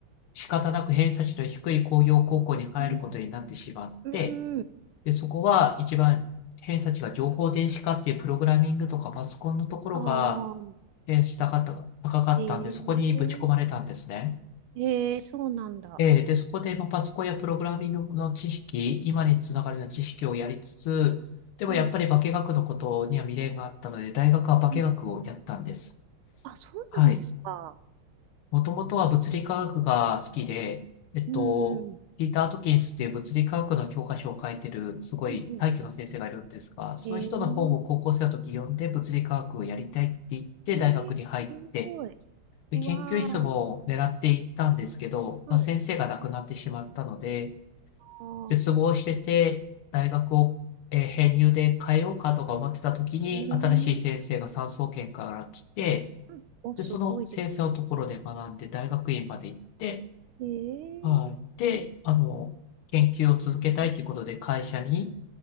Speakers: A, on the left (about 80°); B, on the right (about 75°).
A: 仕方なく偏差値の低い工業高校に入ることになってしまって、
B: ん。うんうん。
A: で、そこは一番偏差値が情報電子化っていうプログラミングとかパソコンのところが
B: ああ、
A: 偏差値高かった高かったんで、
B: え
A: そこにぶち込まれたんですね。
B: え、ええ、そうなんだ。
A: えーで、そこでまあパソコンやプログラミングの知識、今につながるような知識をやりつつ、でもやっぱり化学のことには未練があったので、
B: うん。
A: 大学は化学をやったんです。
B: うん。あ、そうなんですか。
A: はい。もともとは物理科学が好きで、えっと、
B: うん、うん、
A: ピーター・アトキンスっていう物理科学の教科書を書いてる、すごい大挙の先生がいるんですが、
B: うんうん。
A: その人の本を高校生の時読んで物理科学をやりたいって言って大学に入って、
B: えー、えー、すごい。
A: で、
B: うわ
A: 研究室も狙っていったんですけど、
B: ー、
A: まあ、
B: はい。
A: 先生が亡くなってしまったので、
B: あー、
A: 絶望してて、大学を、えー編入で変えようかとか思ってた時に、
B: うーん。
A: 新しい先生が産総研から来て、
B: うんお、
A: で、
B: すごいです
A: その先生のところで学んで、大学院まで行って、
B: ね。え
A: はい。で、あの、研究を続けたいということで会社に
B: ー、